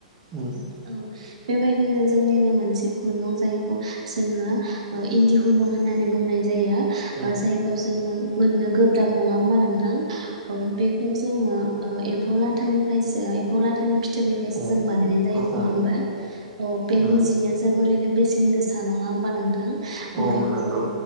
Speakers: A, on the right (about 20°); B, on the right (about 60°).
A: उम
B: औ। बेबायदिनो जोंनिनो मोनसे ख'नं जायखौ जोङो ओ इन्दि खुन्दं होननानै बुंनाय जायो। ओ
A: औ
B: जायखौ जोङो मोननो गोब्राब नङा होमबा नोंथां। थां औ बेखौ जोङो ओ एम्फौ लाथानिफ्रायसो लाथानि फिथोबनिफ्रायसो
A: औ
B: जों बानायनाय जायो
A: औ
B: नङा
A: औ
B: होमबा औ बेनि
A: उम
B: जिया जोबोरैनो बेसेन गोसा नङा होमबा नों थां
A: औ
B: बेखौ
A: नंगौ